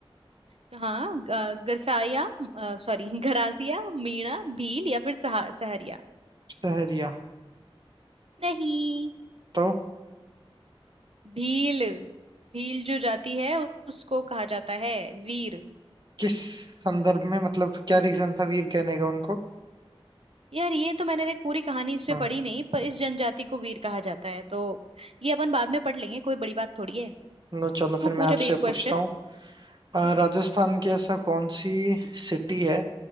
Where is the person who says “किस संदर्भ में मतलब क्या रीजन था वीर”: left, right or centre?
Right